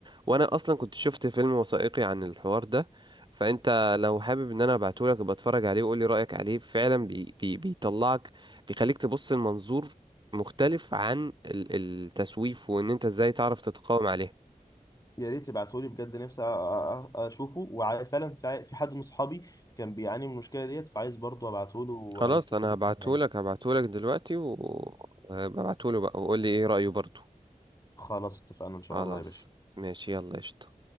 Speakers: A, on the right; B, on the left.
A: وانا اصلا كنت شفت فيلم وثائقي عن الحوار ده فانت لو حابب ان انا ابعتهولك ابقى اتفرج عليه وقولي رايك عليه فعلا بي بي بيطلعك بيخليك تبص لمنظور مختلف عن ال- التسويف وان انت ازاي تعرف تتقاوم عليه
B: يا ريت تبعتهولي بجد نفسي أ- أ- أ- اشوفه وفعلا في في حد من اصحابي كان بيعاني من المشكله ديت فعايز برضه ابعتهوله ويستفيد
A: خلاص انا
B: منه
A: هبعتهولك
B: يعني
A: هبعتهولك دلوقتي وابعتهوله بقى وقولي ايه رايه برضو
B: خلاص اتفقنا ان شاء
A: خلاص
B: الله يا باشا
A: ماشي يلا قشطة